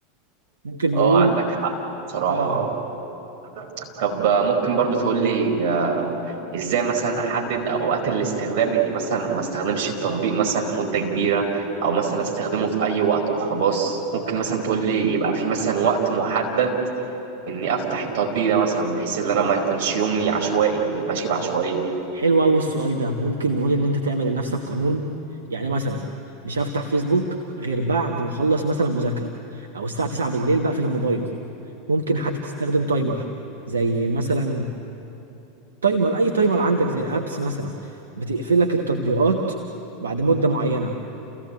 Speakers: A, on the right; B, on the right.
A: ممكن
B: اه
A: نقول
B: عندك حق بصراحة
A: اه
B: اه طب آه، ممكن برضو تقول لي آه، ازاي مثلا احدد اوقات الاستخدام اني مثلا ما استخدمش التطبيق مثلا لمدة كبيرة او مثلا استخدمه في اي وقت وخلاص ممكن مثلا تقول لي يبقى في مثلا وقت محدد اني افتح التطبيق ده مثلا بحيث ان انا ما يكونش يومي عشوائي ماشي بعشوائية
A: حلو قوي السؤال ده ممكن نقول ان انت تعمل لنفسك قانون يعني مثلا مش هفتح فيسبوك غير بعد ما اخلص مثلا مذاكرة او الساعة 9 بالليل بقفل الموبايل ممكن حتى تستخدم تايمر زي مثلا تايمر اي تايمر عندك زي ابس مثلا بتقفل لك التطبيقات بعد مدة معينة